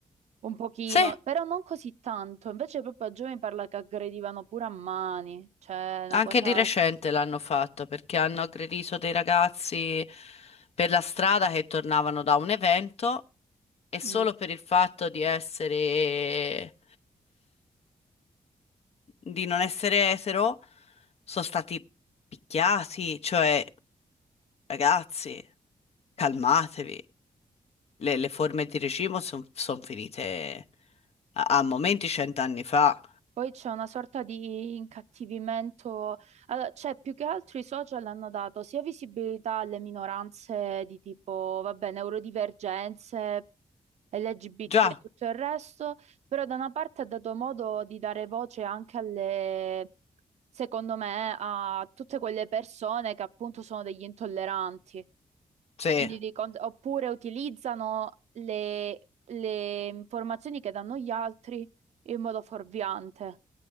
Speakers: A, on the right (about 70°); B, on the left (about 60°).
A: un pochino,
B: sì,
A: però non così tanto, invece proprio a giovani parla che aggredivano pure a mani, cioè una
B: Anche
A: cosa...
B: di recente l'hanno fatto perché hanno aggredito dei ragazzi per la strada che tornavano da un evento e
A: mm.
B: solo per il fatto di essere, di non essere etero, sono stati picchiati. Cioè, ragazzi, calmatevi. Le, le forme di regime sono finite a, a momenti cent'anni fa.
A: Poi c'è una sorta di incattivimento, allora, cioè più che altro i social hanno dato sia visibilità alle minoranze di tipo, vabbè, neurodivergenze, LGBT
B: Già,
A: e tutto il resto, però da una parte ha dato modo di dare voce anche alle, secondo me, a tutte quelle persone che appunto sono degli intolleranti,
B: sì.
A: Quindi di con- oppure utilizzano le le informazioni che danno gli altri in modo fuorviante.